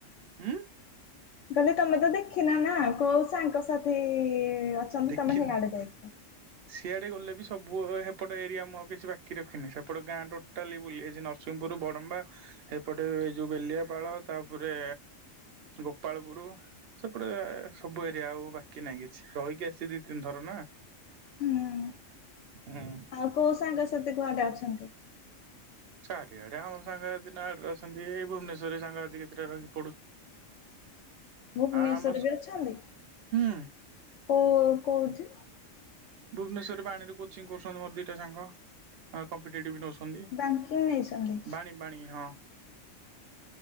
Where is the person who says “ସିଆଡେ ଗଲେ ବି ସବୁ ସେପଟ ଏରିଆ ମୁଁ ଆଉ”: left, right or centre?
Right